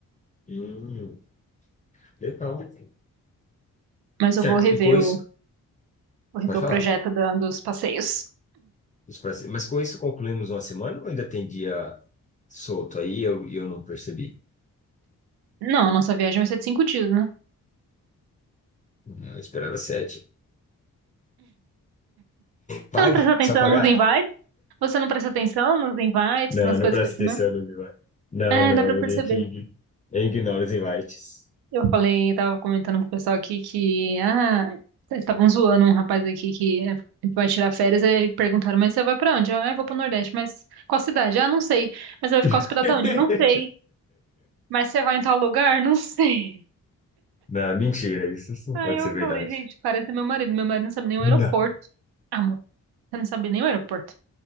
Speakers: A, on the left; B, on the right.
A: Hum, legal.
B: Mas eu
A: Certo.
B: vou rever
A: E com isso,
B: o, vou rever
A: pode
B: o
A: falar.
B: projeto da- dos passeios.
A: Isso parece- Mas com isso concluímos uma semana ou ainda tem dia solto aí? Eu, eu não percebi.
B: Não, a nossa viagem vai ser de cinco dias, né?
A: Eu esperava sete. Pague?
B: Você não presta atenção
A: Só pagar?
B: nos invites? Você não presta atenção nos invites,
A: Não,
B: nas coisas
A: não presta
B: que eu te
A: atenção
B: mando?
A: no meu. Não,
B: É,
A: não,
B: dá pra
A: eu
B: perceber.
A: vi que ign- eu ignoro os invites.
B: Eu falei, tava comentando com o pessoal aqui que, ah, eles estavam zoando um rapaz aqui que é, vai tirar férias e perguntaram, mas você vai pra onde? Eu, ah, eu vou pro Nordeste, mas qual cidade? Ah, não sei. Mas você vai ficar
A: <laughs>
B: hospedado onde? Não sei. Mas você vai em tal lugar? Não sei.
A: Não, mentira, isso isso não
B: Aí
A: pode
B: eu
A: ser verdade.
B: falei, gente, parece meu marido. Meu marido não sabe nem o
A: Não.
B: aeroporto. Ah, Amor, você não sabe nem o aeroporto